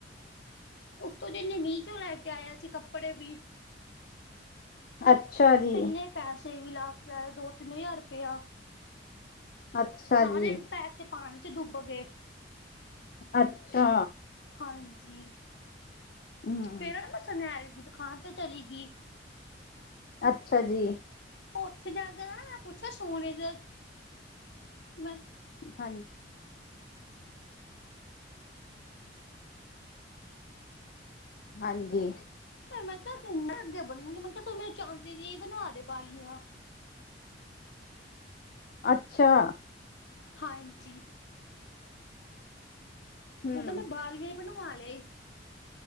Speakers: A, on the left; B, on the left.
A: ਓਤੋਂ ਜਿੰਨੇ ਮੀਂਹ ਚੋਂ ਲੈ ਕੇ ਆਇਆ ਸੀ ਕੱਪੜੇ ਵੀ
B: ਅੱਛਾ ਜੀ।
A: ਇੰਨੇ ਪੈਸੇ ਵੀ ਲਾ ਕੇ ਆਏ ਦੋ ਤਿੰਨ ਹਜ਼ਾਰ ਰੁਪੈਆ।
B: ਅੱਛਾ
A: ਸਾਰੇ
B: ਜੀ
A: ਪੈਸੇ ਪਾਨੀ ਚ ਡੁੱਬ ਗਏ।
B: ਅੱਛਾ।
A: ਹਾਂਜੀ।
B: ਹਾਂ।
A: ਫੇਰ ਨਾ ਮੈਂ ਸੁਨਿਆਰੇ ਦੀ ਦੁਕਾਨ ਤੇ ਚਲੀ ਗੀ।
B: ਅੱਛਾ ਜੀ।
A: ਓਥੇ ਜਾ ਕੇ ਨਾ ਮੈਂ ਪੁੱਛੇਆ ਸੋਨੇ ਦਾ ਮੈਂ
B: ਹਾਂਜੀ। ਹਾਂਜੀ।
A: ਫੇਰ ਮੈਂ ਕਿਆ ਘਰਦੇ ਬੋਲਨ ਗੇ ਮੈਂ ਕਿਆ ਮੇਰੇ ਚਾਂਦੀ ਦੀ ਆ ਬਨਾ ਦੇ ਵਾਲੀਆਂ।
B: ਅੱਛਾ।
A: ਹਾਂਜੀ
B: ਹਮ
A: ਓ ਤਾਂ ਮੈਂ ਬਾਲ ਕੇ। ਬਣਵਾ ਲਏ ਈ,